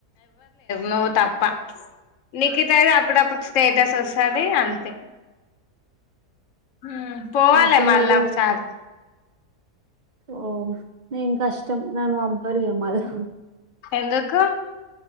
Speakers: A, on the left (about 55°); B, on the right (about 75°).
A: నువ్ తప్ప నికితది అప్పుడప్పుడు స్టేటస్ వస్తది అంతే ఊ పోవాలా
B: ఆ పిల్ల
A: మళ్ళాఒకసారి
B: కూడా ఓ నేను కష్టం నన్ను పంపరు ఇగ మళ్ళా
A: ఎందుకు